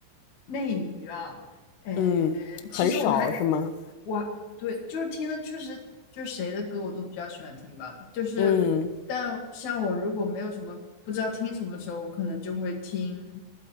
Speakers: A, on the left (about 50°); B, on the left (about 80°).
A: 内娱啊，诶，
B: 嗯，很少是吗？
A: 其实我还我对，就是听的确实就是谁的歌我都比较喜欢听吧，就是
B: 嗯
A: 但像我如果没有什么不知道听什么的时候，我可能就会听，